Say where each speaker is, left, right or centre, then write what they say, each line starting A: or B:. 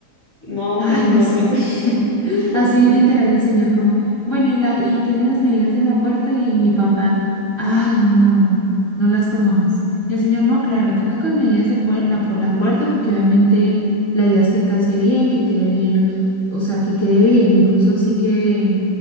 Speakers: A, on the left; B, on the left.
A: No,
B: Ah,
A: pues no
B: no sé.
A: sé. <laughs>
B: <laughs> Así literal el señor como, bueno, y la, y tienen las medidas de la puerta y mi papá, ay, no, no, no las tomamos. Y el señor, no, claro, toca con medidas de puer- la, por la puerta porque obviamente la idea es que case bien, que quede bien, o sea, que quede bien, incluso sí que